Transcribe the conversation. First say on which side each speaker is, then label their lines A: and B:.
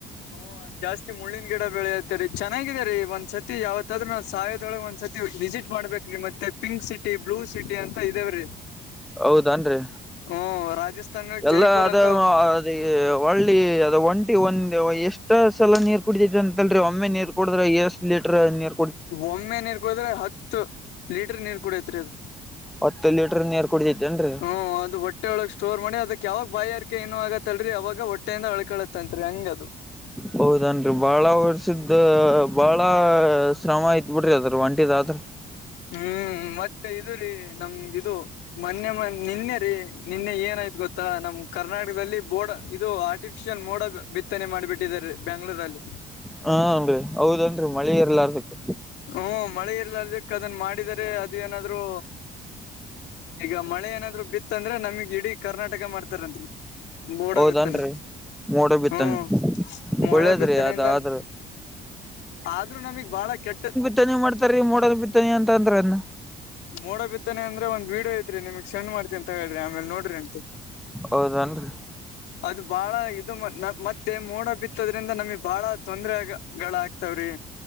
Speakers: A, on the left (about 85°); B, in the centre.
A: ಹ್ಮ ಅಲ್ಲಿ ಜಾಸ್ತಿ ಮುಳ್ಳಿನ ಗಿಡ ಬೆಳೆಯತ್ತ ರಿ ಚೆನ್ನಾಗಾಗಿದೆ ರೀ ಒಂದ್ ಸತಿ ಯಾವತ್ ನಾ ನ ಸಾಯದೊಳಗೆ ಒಂದ್ಸತಿ ವಿಸಿಟ್ ಮಾಡ್ಬೇಕ್ರ ಮತ್ತ ಪಿಂಕ್ ಸಿಟಿ ಬ್ಲೂ ಸಿಟಿ ಅಂತ ಇದೇವ್ರೀ
B: ಹೌದನ್ರಿ
A: ಹೂ ರಾಜಸ್ಥಾನ
B: ಎಲ್ಲ
A: ಜೈಪುರ್
B: ಅದ
A: ಅಂತ
B: ಅದ ಒಳ್ಳಿ ಅದ ಒಂಟಿ ಒಂದ ಎಷ್ಟ ಸಲ ನೀರು ಕುಡಿತದ ಅಂತಲ್ರಿ ಒಮ್ಮೆ ನೀರು ಕುಡಿದ್ರೆ ಎಷ್ಟ ಆರ್ ಲಿಟರ್ ನೀರ
A: ಒಮ್ಮೆ ನೀರ್ ಕುಡಿದ್ರೆ ಹತ್ತು ಲೀಟರ್ ನೀರ್ ಕುಡಿಯತ್ರಿ ಅದು
B: ಹತ್ತು ಲೀಟರ್ ನೀರ್ ಕುಡಿತೆ ತೆಂಡ್ರಿ
A: ಹ್ ಅದು ಒಟ್ಟ ಹೊಟ್ಟೆೊಳಗ್ ಸ್ಟೋರ್ ಮಾಡಿ ಅದಕ್ ಯಾವಾಗ ಬಾಯಾರಕೆ ಏನು ಆಗತ್ತಲ್ರಿ ಅವಾಗ ಹೊಟ್ಟೆಯಿಂದ ಅಳ್ಕಳತ್ತಂತತ್ರಿ ಹಂಗ ಅದು
B: ಹೌದನ್ರಿ ಬಾಳ ಹೊರ್ಸದ ಬಾಳ ಶ್ರಮ ಆಯತ ಬಿಡ್ರಿ ಅದು ಒಂಟಿದು ಆಯಿತ್
A: ಹ್ಮ್ ಮತ್ತೆ ಇದು ರೀ ನಮ್ದ ಇದು ಮೊನ್ನೆ ಮೊನ್ನೆ ನಿನ್ನೆ ರೀ ನಿನ್ನೆ ಏನಾಯ್ತು ಗೊತ್ತಾ ನಮ್ ಕರ್ನಾಟಕದಲ್ಲಿ ಬೋಡ ಇದು ಆರ್ಟಿಫಿಷಿಯಲ್ ಮೋಡನೆ ಬಿತ್ತನೆ ಮಾಡಿಬಿಟ್ಟಿದರೆ ಬೆಂಗಳೂರುದ್ಗ
B: ಹಾನ್ರಿ ಹೌದನ್ರರಿ ಮಳಿ ಎರ್ಲ್ಲಾರದಕ್
A: ಹ್ಮ ಮಳೆ ಇರ್ಲಾದಕ್ಕ ಅದನ್ನ ಮಾಡಿದರೆ ಅದು ಏನಾದ್ರು ಈಗ ಮಳೆ ಏನಾದ್ರು ಬಿತ್ತಂದ್ರೆ ನಮಗ್ ಇಡೀ ಕರ್ನಾಟಕ ಮಾಡ್ತಾರತ್ರಿ ಗೋಡ
B: ಹೌದನ್ರಿ
A: ಬಿತ್ತನೆ
B: ಮೋಡ ಬಿತ್ತನೆ
A: ಹ್ಮ್ ಮೋಡ
B: ಒಳ್ಳೇದ್ರಿ
A: ಬಿತ್ತನಿಂದ
B: ಅದ ಆದ್ರ
A: ಆದ್ರೂ ನಮಗ್ ಬಾಳ ಕೆಟ್ಟ
B: ಬಿತ್ತಾನಿ ಮಾಡ್ತಾರೀ ಮೂೋನ್ ಬಿತ್ತಾನಿ ಅಂತ ಅಂದ್ರ ಅದನ್ನ
A: ನೋಡ ಬಿಿದ್ದಾನ ಅಂದ್ರೆ ಒಂದ್ ವಡಿಯೋ ಐತ್ರಿ ನಿಮಗ್ ಸೆ್ತತಿ ಅಂತ ಹೇಳ್ರಿ ಆಮೇಲೆ ನೋಡ್ರಿ ಅಂತ
B: ಹೌದನ್ರಿ
A: ಹ <inaudible> ಅದು ಬಾಳ ಇದು ಮತ್ತೆ ಮೋಡ ಬಿತ್ತದ್ರಿಂದ ನಮಗ್ ಬಾಳ ತೊಂದ್ರಗಳ ಆಗ್ತಾವ್ರಿ